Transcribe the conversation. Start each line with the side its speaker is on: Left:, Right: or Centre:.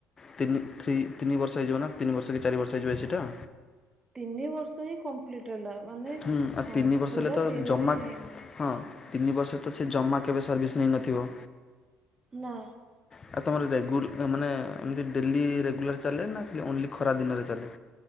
Left: ତିନି ଥ୍ରି ତିନିବର୍ଷ ହେଇଯିବ ନା ତିନି ବର୍ଷ କି ଚାରି ବର୍ଷ ହେଇଯିବ ଏ ସେ ଟା।
Right: ତିନି ବର୍ଷ ହିଁ କମ୍ପ୍ଲିଟ ହେଲା ମାନେ
Left: ହୁଁ ଆଉ
Right: ହଁ
Left: ତିନି ବର୍ଷ
Right: ପୁରା
Left: ହେଲେ ତ
Right: ତିନ
Left: ଜମା
Right: ବି ହେଇନି।
Left: ହଁ ତିନି ବର୍ଷ ତ ସେ ଜମା କେବେ ସର୍ଭିସ୍ ନେଇନଥିବ।
Right: ନା
Left: ଆଉ ତମର ରେଗୁ ଆ ମାନେ ଏମିତି ଡେଲି ରେଗୁଲାର ଚାଲେ ନା ଓନ୍ଲି ଖରା ଦିନରେ ଚାଲେ?